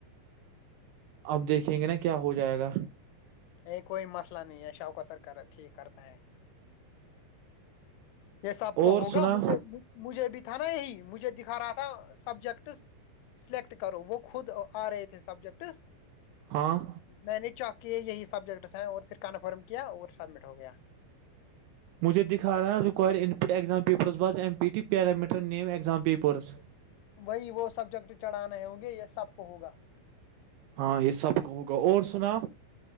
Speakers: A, on the right; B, on the left.
A: اب دیکھیں گے نا کیا ہو جائے گا
B: یہ کوئی مسئلہ نہیں ہے شاہک سر ٹیک کرتے ہے یہ سب کو
A: اور
B: ہوگا
A: سنا
B: مجھے مجھے بھی تھا نا یہی مجھے ھا رہا تھا سبجیکٹس سلیکٹ کرو وہ خود آ رہے تھے سبجیکٹس
A: ہاں
B: میں نے چک کہ یہی سبجیکٹس ہیں اور پھر کنفرم کیا اور سبمٹ ہو گیا
A: مجھے دکھا رہا ہے required in exam papers was M P T parameter name exam papers
B: وہی وہ سبجیکٹ چڑھانے ہوں گے یا سب کو ہوگا
A: ہاں یہ سب کہ ہوگا اور سنا